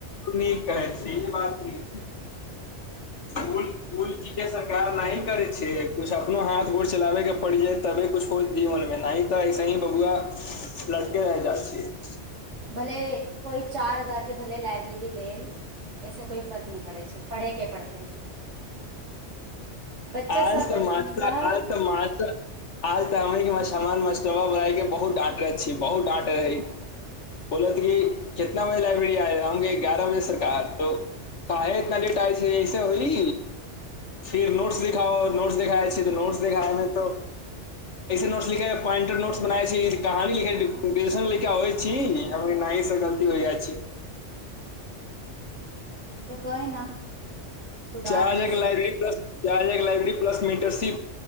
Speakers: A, on the left; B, on the right.
A: नीक कहै छी ई बात न फुल कूल ची के सरकार नही करे छै कुछ अपनो हाथ गोर चलाबे के पड़ि जेत तबे कुछ होइ जीवन मे न तऽ ऐसे ही बबुआ लड़तेरहि जाइत छियै
B: भले कोइ चार हजार के भल लाइब्रेरी लेल ऐसे कोइ फर्क नहि पड़ै छै पढ़ै के पड़तै बच्चा
A: आज
B: सब
A: तऽ
B: बचपनसँ
A: मास्तर आज तऽ मास्तर आज तऽ हम मा के बहुत डाँटर छी बहुत डाँट रहे <unintelligible> बोलो त की कितना बजे लाइब्रेरी आय जा हंगे ग्यारह बजे स कह तो काहे इतना लेट आइ छै ऐसे होइ फिर नोट्स देख देख नोट्स देखाइ छै तऽ नोट्स देखाय मे तो नोट्स लिखे पॉइंटेड नोट्स बनाय छै कहानी लिख लिख आबै छी त न से गलती होइ जाइ छी
B: तऽ कहि न सुधार
A: चार
B: हो
A: एक
B: जायत
A: लाइब्रेरी बस य एक लाइब्रेरी प्लस मे इंटरसिप